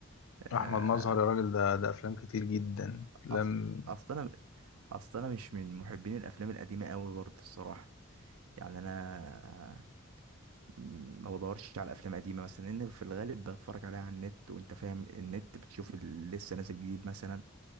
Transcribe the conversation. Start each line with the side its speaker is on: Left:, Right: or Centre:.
Right: آه،
Left: احمد مظهر يا راجل ده ده افلام كتير جدا لم
Right: أص... اصل انا اصل انا مش من محبين الافلام القديمه قوي برضه الصراحه يعني انا ما بدورش على افلام قديمه مثلا لان في الغالب بتفرج عليها على النت وانت فاهم النت بتشوف اللي لسه نازل جديد مثلا